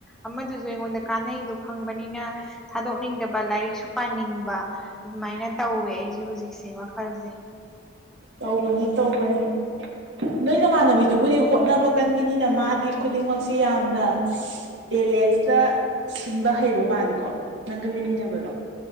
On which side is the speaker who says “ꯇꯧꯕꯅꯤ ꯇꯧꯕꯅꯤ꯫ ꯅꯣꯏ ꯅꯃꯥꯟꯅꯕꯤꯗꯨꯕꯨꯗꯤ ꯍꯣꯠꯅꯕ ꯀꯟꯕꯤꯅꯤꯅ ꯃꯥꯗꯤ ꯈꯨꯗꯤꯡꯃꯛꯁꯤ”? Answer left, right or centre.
Right